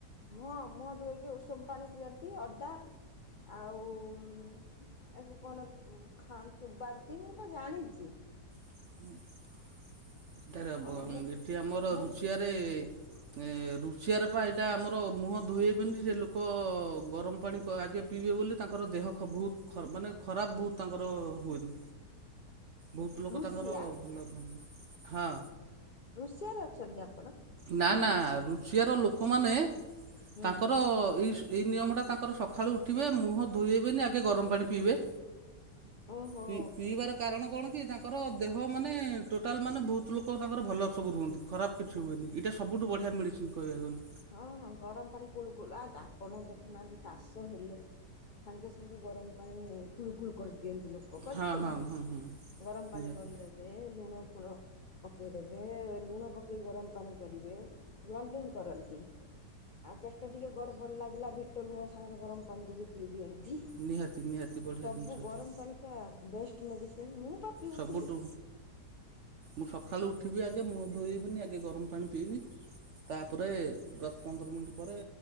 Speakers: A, on the left; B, on the right.
A: ମୁଁହଁ-ମୁହଁ ଧୋଇକି ଉଷୁମ୍ ପାଣି ପିଅନ୍ତି, ଅଦା ଆଉ ଉଁ ଆକୁ କଣ ଖା ଚୁବାନ୍ତି, ମୁଁ ଏଇଟା ଜାଣିଚି।
B: <unintelligible>
A: ଆଉ ମୁଁ
B: ଏଠି ଆମର
A: ମୁଁ
B: ରୁଷିଆରେ ଏ ରୁଷିଆରେ ପା ଏଇଟା ଆମର ମୁହଁ ଧୋଇହେବେନି, ସେ ଲୋକ ଗରମ୍ ପାଣି କ ଆଗେ ପିଇବେ ବୋଲି ତାଙ୍କର ଦେହ ଖ ବହୁତ୍ ମାନେ ଖରାପ୍ ବହୁତ୍ ତାଙ୍କର ହୁଏନି। ବୋହୁତ ଲୋକ
A: ରୁଷିଆ
B: ତାଙ୍କର ଭଲ ରୁହନ୍ତି ହଁ।
A: ଋଷିଆରେ ଅଛନ୍ତି ଆପଣ।
B: ନା ନା ଋଷିଆର ଲୋକମାନେ
A: ହୁଁ
B: ତାଙ୍କର ଏଇ ସ ଏଇ ନିୟମଟା ତାଙ୍କର ସଖାଳୁ ଉଠିବେ ମୁହଁ ଧୋଇହେବେନି ଆଗେ ଗରମ ପାଣି ପିଇବେ
A: ଓହୋ
B: ପି ପିଇବାର କାରଣ କଣ କି ତାଙ୍କର ଦେହ ମାନେ ଟୋଟାଲ ମାନେ ବହୁତ ଲୋକ ତାଙ୍କର ଭଲ ସବୁ ରୁହନ୍ତି ଖରାପ କିଛି
A: ହଁ
B: ହୁଏନି ଏଇଟା ସବୁଠୁ ବଢିଆ ମେଡିସିନ କହିବାକୁ ଗଲେ।
A: ହଁ ହଁ ଗରମ ପାଣି କୁଳୁ କୁଳ ଆପଣ ଦେଖୁନାହାନ୍ତି କାଶ ହେଲେ ସାଙ୍ଗେ ସାଙ୍ଗେ ଗରମ ପାଣି କୁଳୁ କୁଳୁ କରିଦିଅନ୍ତି ଲୋକ। <unintelligible>
B: ହଁ ହଁ ହଁ ହଁ
A: ଗରମ ପାଣି
B: ନିହାତି
A: କରିଦେବେ ଲୁଣ ଫୁଣ ପକେଇଦେବେ ଲୁଣ ପକେଇ ଗରମ ପାଣି କରିବେ ଲଣ୍ଡିଙ୍ଗ କରନ୍ତି। ତି ଆଉ ପେଟ ଟିକେ ଗଡ଼ ବଡ଼ ଲାଗିଲା ବିଟ ଲୁଣ ସାଙ୍ଗରେ ଗର ପାଣି ଟିକିଏ ପିଇ ଦିଅ ଧି
B: ନିହାତି ନିହାତି ବଢ଼ିଆ
A: ସବୁ
B: ଜିନିଷ
A: ଗରମ
B: ସିଏ।
A: ପାଣି ପା ବେଷ୍ଟ ମେଡ଼ିସିନ ମୁଁ ପା ପିଉଥିଲି
B: ସବୁଟୁ। ମୁଁ ସଖାଳୁ ଉଠିବି ଆଗେ ମୁଁହ ଧୋଇବିନି ଆଗେ ଗରମ ପାଣି ପିଇବି। ତାପରେ ଦଶ ପନ୍ଦର ମିନିଟ୍ ପରେ